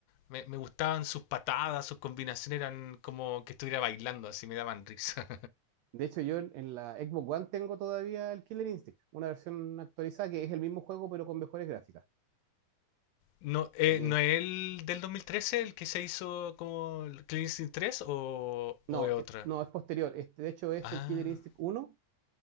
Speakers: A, on the left (about 80°); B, on the right (about 85°).
A: Me, me gustaban sus patadas, sus combinaciones eran como que estuviera bailando, así me daban risa.
B: de hecho, yo en, en la Xbox One tengo todavía el Killer Instinct, una versión actualizada que es el mismo juego pero con mejores gráficas.
A: No, eh,
B: Y
A: ¿no
B: es-
A: es el del 2013 el que se hizo como el Clean Instinct 3 o, o
B: no,
A: es otra?
B: es- no, es posterior. Este, de hecho, es
A: Ah,
B: el Killer Instinct uno